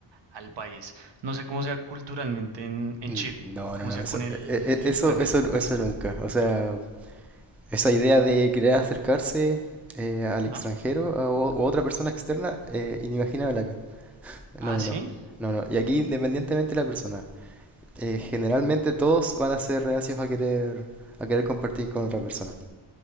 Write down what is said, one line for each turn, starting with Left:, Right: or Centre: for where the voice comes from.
Right: al país. No sé cómo sea culturalmente en, en
Centre: Mm,
Right: Chile,
Centre: No,
Right: cómo
Centre: no, no,
Right: sea
Centre: eso,
Right: con el,
Centre: e- e-
Right: el extranjero,
Centre: eso, eso, eso nunca. O sea, esa idea de querer acercarse eh, al
Right: ¿no?
Centre: extranjero o, o otra persona externa eh, inimaginable acá. No,
Right: Ah, sí.
Centre: no, no, no. Y aquí independientemente de la persona, eh, generalmente todos van a ser reacios a querer a querer compartir con otra persona.